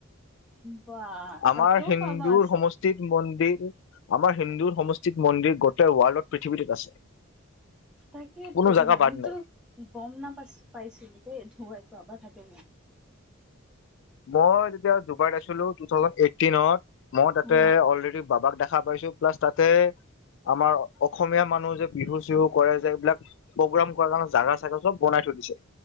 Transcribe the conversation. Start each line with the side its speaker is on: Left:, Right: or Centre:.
Centre: বা
Left: আমাৰ
Centre: তাতও
Left: হিন্দুৰ
Centre: বাবা আছে
Left: সমষ্টিত মন্দিৰ আমাৰ হিন্দু সমষ্টিত মন্দিৰ গোটেই ৱৰ্ল্ডত পৃথিৱীটোত আছে
Centre: তাকেতো
Left: কোনো জাগা
Centre: মইতো
Left: বাদ নাই
Centre: গম ন পাই পাইছিলো দে াইো বাবা থাকে
Left: মই তেতিয়া ডুবাইত আছিলো টু থাউজেড এইটিনত মই তাতে
Centre: উম।
Left: অলৰেড বাবাক খাবাইছো প্লাছ তাতে আমাৰ অসমীয়া মানুহ যে বিহু চিহু কৰে যে এইবিলাক প্ৰগ্ৰাম কৰা কাৰণে জাগা বনাই থৈ দিছে